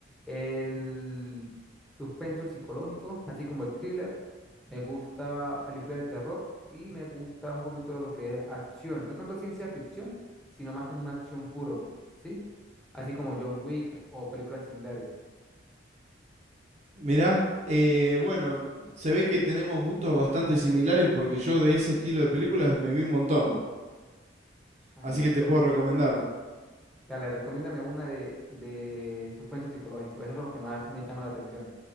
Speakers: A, in the centre; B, on the right.
A: el suspenso psicológico, así como el thriller. Me gusta películas de terror y me gusta un poquito de lo que es acción. No tanto ciencia ficción, sino más como una acción puro, ¿sí? Así como John Wick o películas similares.
B: Mirá, eh, bueno, se ve que tenemos gustos bastante similares porque yo de ese estilo de películas me vi un montón.
A: Ah,
B: Así
A: listo.
B: que te puedo recomendar.
A: Dale, recomiéndame una de, de suspenso psicológico. Esas son las que más me llaman la atención.